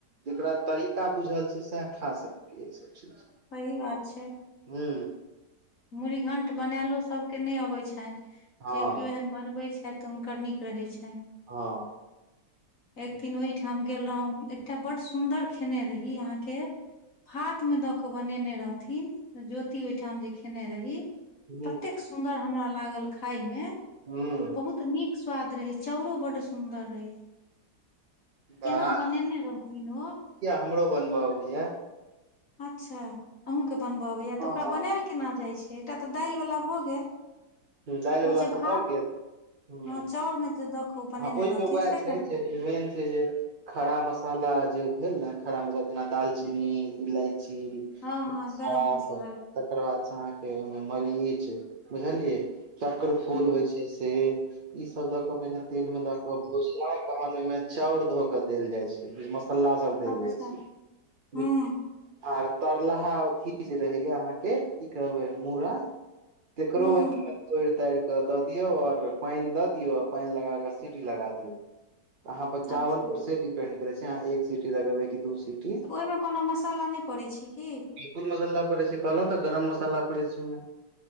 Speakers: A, on the right; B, on the left.
A: जेकरा तरीका बुझल छै सएह खा सकै ई सब चीज।
B: वही बात छै।
A: हू।
B: मुूड़ीघंट बनलो सब के नहि अबे छनि
A: हँ
B: जे केो एहन बनबे छथि। तऽ हुनकर नीक रहै छनि।
A: हँ।
B: <inaudible> एक दिन ओहिठाम गेल रहौ एकटा बड़ सुंन्दर खेने रही अहाँके। हाथ में द के बनेने रहथिन ज्योति ओहिठाम जे। खेने रही
A: हूँ
B: ततेक सुदर हमरा लागल खाय मे।
A: हूँ
B: बहुत नीक स्वाद रहै चाउरो बड सुन्दर रहै।
A: वाह
B: केना बनेने रहथिन ओ
A: हमरो बनबऽ अबैयै।
B: अच्छा अहुूँकेँ बनबऽ अबैय तऽ ओकरा
A: हँ
B: बनायल केना जाइत छै एकटा तऽ दालिवला भऽ गेल।
A: जाइल बला
B: ओ जे
A: तऽ
B: भात
A: भऽ गेल। ह
B: हँ चाउर मे जे देखहो बनेने
A: हँ ओहिमे
B: रहथिन से केना।
A: मेन छै जे। खरा मसाला जे भेल ने खरा मसाला जेना दालचीनी इलायची।
B: हँ हँ
A: सौफ
B: गरम मसला
A: तकर बाद से अहाँके ओहिमे मरीच बुझलियै। चक्र फूल
B: हुँ
A: होइ छै से। इ सब द के पहिने तेल में द के भुजिया तहन ओ में चाउर धो के देल जाय छै मसाला सब। देले
B: अच्छा
A: छैय
B: हुँ
A: बुझलिये। आर तरलाहा अथी जे रहे या अहाँ के की कहबे मूड़ा तेकरो
B: हुँ
A: तोड़ -तार के द दियऔ और पाइन द दियो अ पाइन लगाकऽ सीटी लगा दियो। अहाँ पचावन
B: अच्छा
A: पर से डिपेंड करे छै अहाँ एक सिटी लगेबै कि दू सिटी।
B: तऽ ओयमऽ कोनो मसाला ने पड़ै छैय की।
A: बिलकल मसाला पड़ै छै कहलहुँ तऽ गरम मसाला पड़ै छैय ओयमे।